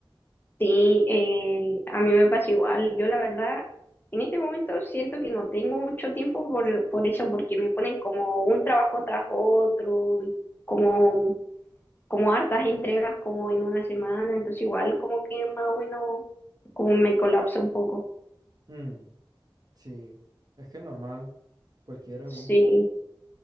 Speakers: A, on the left; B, on the right.
A: Sí, eh, a mí me pasa igual. Yo la verdad, en este momento siento que no tengo mucho tiempo por, por eso, porque me ponen como un trabajo tras otro, y como, como hartas entregas como en una semana, entonces igual como que más o menos como me colapso un poco.
B: Mm, sí, es que es normal, cualquiera,
A: Sí,
B: pues.